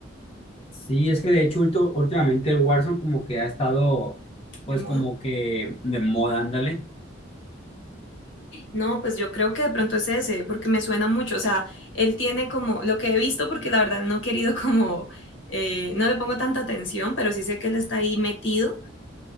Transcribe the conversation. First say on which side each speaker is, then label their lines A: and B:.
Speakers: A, on the left; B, on the left.
A: sí, es que de hecho ultu- últimamente el Warzone como que ha estado, pues
B: ¿de moda?
A: como que de moda, ándale.
B: No, pues yo creo que de pronto es ese, porque me suena mucho, o sea, él tiene como lo que he visto, porque la verdad no he querido <laughs> como, eh, no le pongo tanta atención, pero sí sé que él está ahí metido.